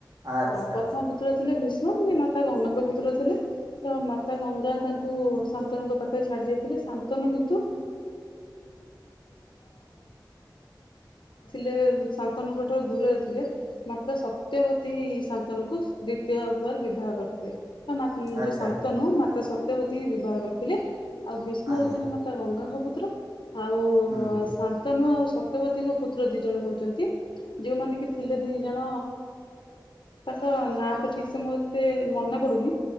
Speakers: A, on the right; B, on the left.
A: ଆଚ୍ଛା
B: ହଁ, ପ୍ରଥମ
A: ଆଚ୍ଛା।
B: ପୁତ୍ର ଥିଲେ ବିଷ୍ଣୁ ମାତା ଗଙ୍ଗାଙ୍କ ପୁତ୍ର ଥିଲେ ଦେବବ୍ରତ ଭୀଷ୍ମମାତା ଗଙ୍ଗା ତାଙ୍କୁ ପିତା ଶନ୍ତନୁଙ୍କ ପାଖରେ ଛାଡ଼ି ଦେଇ ଚାଲିଯାଇଥିଲେ। ତାପରେ ଶନ୍ତନୁ ନିଜ ପୁତ୍ରଙ୍କ ଲାଳନ ପାଳନ କରିଥିଲେ। ମାତା ସତ୍ୟବତୀ ଶାନ୍ତନୁକୁ ଦ୍ଵିତୀୟ ବାର ବିବାହ କରିଥିଲେ। ଯୋଉ
A: ଆଚ୍ଛା
B: ଶାନ୍ତନୁ ମାତା ସ <unintelligible> ସତ୍ୟବତୀ କୁ ବିବାହ କରିଥିଲେ। ଆଉ ଭୀଷ୍ମ
A: ଆଜ୍ଞା।
B: ହଉଛନ୍ତି ମାତା ଗଙ୍ଗାଙ୍କ ପୁତ୍ର। କୁତ୍ର <unintelligible> ଆଉ
A: ପୁତ୍ର ହୁଁ।
B: ଶ <unintelligible> ୁ ସତପଦୀଙ୍କ ପୁତ୍ର ଦି ଜଣ ହଉଛନ୍ତି ଯୋଉମାନେ କି <unintelligible> ଥିଲେ ଦି ଜଣ ତାଙ୍କ ନାଁ ତ ଠିକ ସେ ମୋର ଏତେ ମନେ ପଡୁନି।